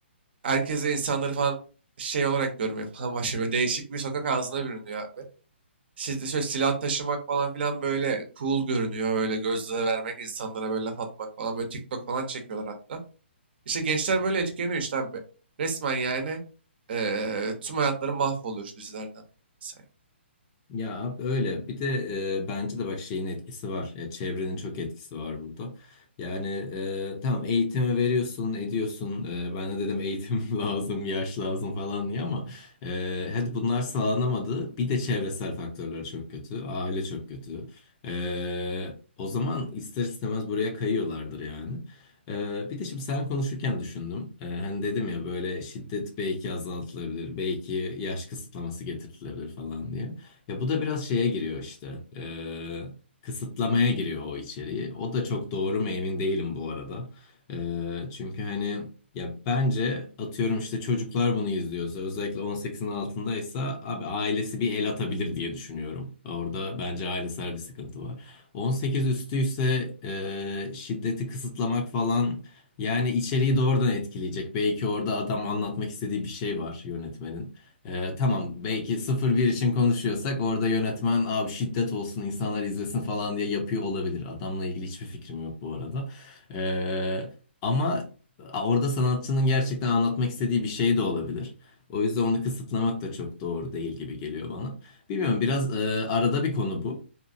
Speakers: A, on the right; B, on the left.
A: herkese insanları falan şey olarak görmüyor falan <laughs> başlıyor. Böyle değişik bir sokak ağzına bürünüyor abi. Şimdi şöyle silah taşımak falan filan böyle cool görünüyor. Böyle gözle vermek insanlara böyle laf atmak falan. Böyle TikTok falan çekiyorlar hatta. İşte gençler böyle etkileniyor işte abi. Resmen yani eee, tüm hayatları mahvoluyor şu dizilerden. dolayı Mesela.
B: Ya abi öyle. Bir de e, bence de bak şeyin etkisi var. Ya, çevrenin çok etkisi var burada. Yani e, tamam eğitimi veriyorsun, ediyorsun. E, ben de dedim eğitim <laughs> lazım, yaş lazım falan diye ama e, hadi bunlar sağlanamadı. Bir de çevresel faktörler çok kötü. Aile çok kötü. E, o zaman ister istemez buraya kayıyorlardır yani. E, bir de şimdi sen konuşurken düşündüm. E, hani dedim ya böyle şiddet belki azaltılabilir, belki yaş kısıtlaması getirilebilir falan diye. Ya bu da biraz şeye giriyor işte. Ee, kısıtlamaya giriyor o içeriği. O da çok doğru mu emin değilim bu arada. Ee, çünkü hani ya bence atıyorum işte çocuklar bunu izliyorsa özellikle 18'in altındaysa abi ailesi bir el atabilir diye düşünüyorum. Orada bence ailesel bir sıkıntı var. 18 üstüyse e, şiddeti kısıtlamak falan yani içeriği doğrudan etkileyecek. Belki orada adam anlatmak istediği bir şey var yönetmenin. Ee, tamam belki sıfır bir için konuşuyorsak orada yönetmen abi şiddet olsun insanlar izlesin falan diye yapıyor olabilir. Adamla ilgili hiçbir fikrim yok bu arada. Ee, ama orada sanatçının gerçekten anlatmak istediği bir şey de olabilir. O yüzden onu kısıtlamak da çok doğru değil gibi geliyor bana. Bilmiyorum biraz e, arada bir konu bu.